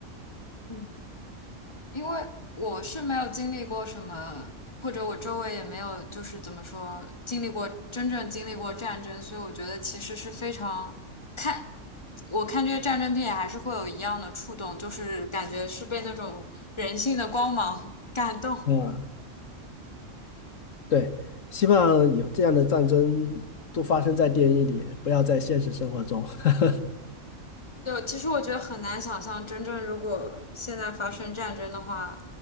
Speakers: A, on the left; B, on the left.
A: 嗯因为我是没有经历过什么，或者我周围也没有，就是怎么说，经历过真正经历过战争，所以我觉得其实是非常看，我看这些战争片还是会有一样的触动，就是感觉是被那种人性的光芒 <laughs> 感动。
B: 啊，对，希望以后这样的战争都发生在电影里，不要在现实生活中，<laughs>
A: 就其实我觉得很难想象，真正如果现在发生战争的话，